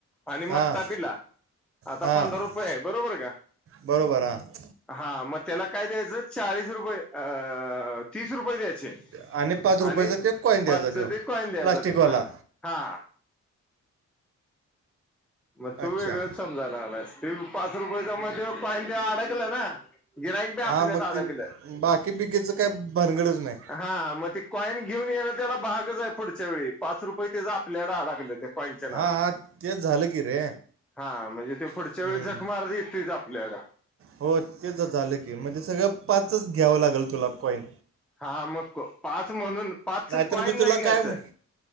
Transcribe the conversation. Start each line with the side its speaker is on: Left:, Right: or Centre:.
Centre: आणि
Right: हां
Centre: मट्टा पिला आता
Right: हां
Centre: पंधरा रुपे हो आहे बरोबर का
Right: बरोबर ह
Centre: हा मग त्याला काय द्यायचं चाळीस रुपये अ तीस रुपये द्यायचे.
Right: आणि पाच रुपयाचा
Centre: आणि
Right: ते कॉईन द्यायचा
Centre: पाच
Right: तो
Centre: ते कॉइन द्यायचा
Right: प्लास्टिकवाला
Centre: ह हा मग तू
Right: अच्छा
Centre: वेगळंच समजाला लागलास तू पाच रुपये जमा पान ते कॉइन अडकलं ना गिराईक बी आपल्यात
Right: हा मग
Centre: अडकलं
Right: ते बाकी पिकेचं काही भानगड नाही
Centre: हा मग ते कॉईन घेऊन येण त्याला भागच आहे पुढच्या वेळी पाच रुपये त्याचा आपल्यालाडे हाडाकलं त्या कॉईनच्या नादात.
Right: हा तेच झालं की रे
Centre: हा म्हणजे ते पुढच्या
Right: हम्म.
Centre: वेळी जख मारत येतोय आपल्या कड
Right: हो तेच झालं की म्हणजे सगळं पाच घ्यावं लागेल तुला कॉइन.
Centre: हा मग पाच म्हणून पाचच
Right: नाहीतर
Centre: कॉईन
Right: मी तुला
Centre: नाही घ्यायचं.
Right: काय